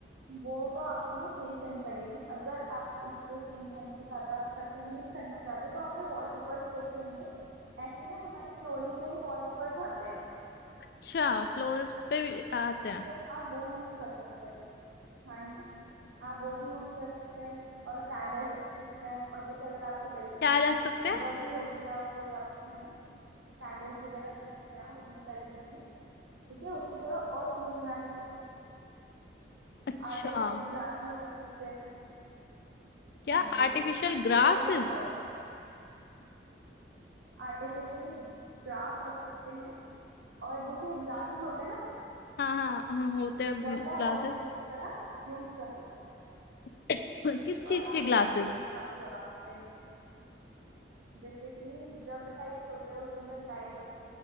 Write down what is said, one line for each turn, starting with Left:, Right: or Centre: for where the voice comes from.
Right: वो तो आपको ना चेंज करनी पड़ेगी अगर आप उसको चेंज करने का ज्यादा खर्चा नहीं करना चाहते तो आपने वॉलपेपर्स देखे होंगे ऐसे ही ना हमारे फ्लोरिंग के भी वॉलपेपर्स आते हैं
Left: अच्छा फ्लोर्स पे भी आते हैं
Right: तो आप वो यूज कर सकते हैं हाँ जी आप वो भी यूज कर सकते हैं और कैंडल्स रख सकते हैं और जैसे अगर आपकी बेल्कनी
Left: क्या लग सकते हैं
Right: बड़ी होगी या कोई आपको करना है कैंडल्स वगैरह रख सकते हैं आप अपनी बेल्कनी में ठीक है उसको थोड़ा और सुंदर बनाने के लिए
Left: अच्छा
Right: आर्टिफिशियल ग्लास भी रख सकते हैं
Left: क्या
Right: हाँ जी
Left: आर्टिफिशियल ग्रासेस
Right: वो बहुत अच्छा होता है आर्टिफिशियल ग्रास रख सकते हैं और जैसे ग्लासेस होते हैं ना
Left: हाँ हाँ हाँ होते हैं
Right: वैसे आप
Left: ग्लासेस
Right: वॉल हैंगिंग की तरह यूज कर सकते हैं
Left: <coughs> किस चीज
Right: और
Left: के
Right: आर्टिफिशियल
Left: ग्लासेस
Right: ग्रास लगा सकते हैं नीचे जैसे कि जग टाइप्स होते हैं उसके अंदर लाइट